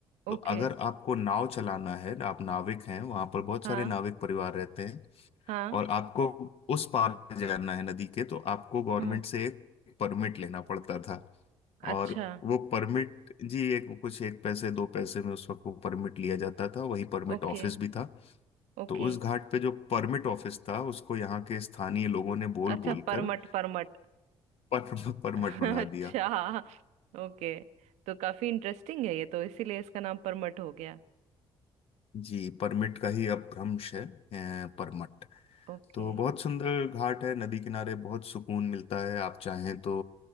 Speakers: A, on the right (about 60°); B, on the left (about 50°).
A: ओके
B: तो अगर आपको नाव चलाना है आप नाविक हैं वहां पर बहुत
A: हाँ
B: सारे नाविक परिवार रहते हैं
A: हाँ
B: और आपको उस पार जाना है नदी के तो आपको गवर्नमेंट
A: हम्म
B: से एक परमिट लेना पड़ता था
A: अच्छा
B: और वो परमिट जी एक कुछ एक पैसे दो पैसे में उस वक्त वो परमिट लिया जाता था वही परमिट
A: ओके
B: ऑफिस भी था
A: ओके
B: तो उस घाट पे जो परमिट ऑफिस था उसको यहाँ के स्थानीय लोगों ने बोल
A: अच्छा
B: बोल
A: परमट
B: कर
A: परमट
B: पर, परमट
A: <laughs>
B: बना
A: अच्छा
B: दिया
A: ओके तो काफी इंटरेस्टिंग है ये तो इसीलिए इसका नाम परमट हो गया
B: जी परमिट का ही अब भ्रंश है अ, परमट
A: ओके
B: तो बहुत सुंदर घाट है नदी किनारे बहुत सुकून मिलता है आप चाहें तो